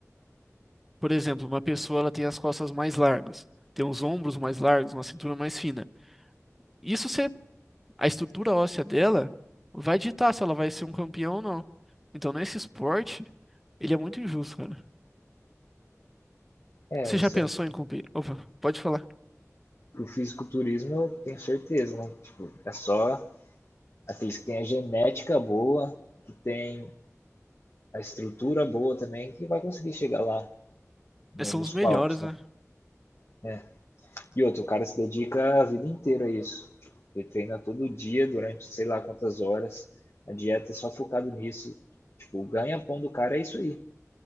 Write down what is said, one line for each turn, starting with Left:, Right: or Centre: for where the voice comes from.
Centre: Por exemplo, uma pessoa ela tem as costas mais largas, tem os ombros mais largos, uma cintura mais fina. Isso se a estrutura óssea dela vai ditar se ela vai ser um campeão ou não. Então, nesse esporte, ele é muito injusto, cara.
Left: É,
Centre: Você já
Left: isso
Centre: pensou
Left: é.
Centre: em competir? Opa, pode falar.
Left: Pro fisiculturismo eu tenho certeza, né? Tipo, é só aqueles que tem a genética boa, que tem a estrutura boa também, que vai conseguir chegar lá no-
Centre: Esses São
Left: nos
Centre: os melhores,
Left: palcos, né?
Centre: né?
Left: É. E outro, o cara se dedica a vida inteira a isso. Ele treina todo dia, durante sei lá quantas horas, a dieta é só focado nisso. Tipo, o ganha-pão do cara é isso aí.